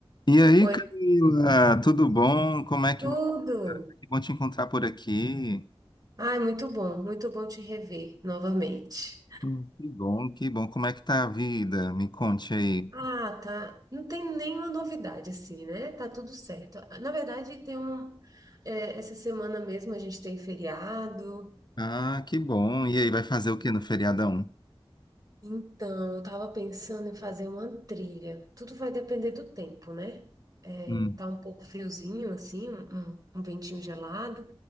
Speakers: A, on the left; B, on the right.
A: E aí,
B: Oi,
A: Camila, tudo bom? Como é que
B: tudo!
A: va- que bom te encontrar por aqui?
B: Ai, muito bom, muito bom te rever novamente.
A: Hum, Que bom, que bom. Como é que tá a vida? Me conte aí.
B: Ah, tá. Não tem nenhuma novidade assim, né? Tá tudo certo. Na verdade, tem um. é, essa semana mesmo a gente tem feriado.
A: Ah, que bom. E aí, vai fazer o que no feriadão?
B: Então, eu estava pensando em fazer uma trilha. Tudo vai depender do tempo, né? É,
A: Hum,
B: tá um pouco friozinho, assim, um, um- um ventinho gelado,